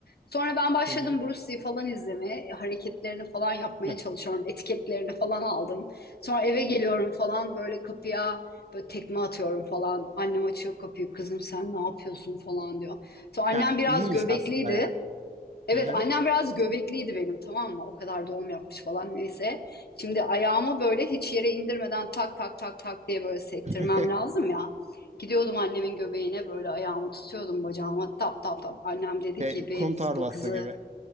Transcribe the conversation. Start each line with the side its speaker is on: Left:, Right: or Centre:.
Left: Sonra ben başladım
Right: Hı
Left: Bruce Lee falan izlemeye, hareketlerini falan yapmaya
Right: hı.
Left: çalışıyorum, etiketlerini falan aldım. Sonra eve geliyorum falan böyle kapıya böyle tekme atıyorum falan. Annem açıyor kapıyı, kızım sen ne yapıyorsun falan diyor. Sonra annem
Right: Ya
Left: biraz
Right: iyiymiş
Left: göbekliydi.
Right: aslında ya.
Left: Evet
Right: <laughs>
Left: annem biraz göbekliydi benim tamam mı? O kadar doğum yapmış falan neyse. Şimdi ayağımı böyle hiç yere indirmeden tak tak tak tak diye böyle sektirmem
Right: <laughs>
Left: lazım ya. Gidiyordum annemin göbeğine böyle ayağımı tutuyordum bacağıma tap tap tap. Annem dedi
Right: Şey,
Left: ki
Right: kum
Left: bey biz
Right: torbası
Left: bu kızı
Right: gibi.